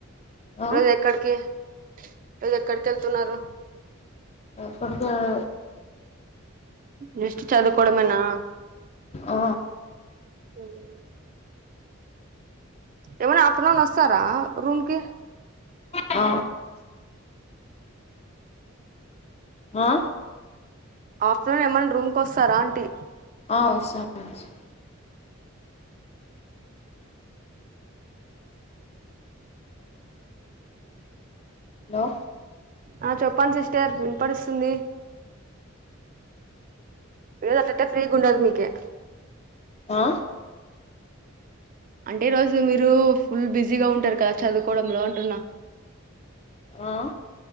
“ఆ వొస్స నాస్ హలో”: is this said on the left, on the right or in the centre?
Left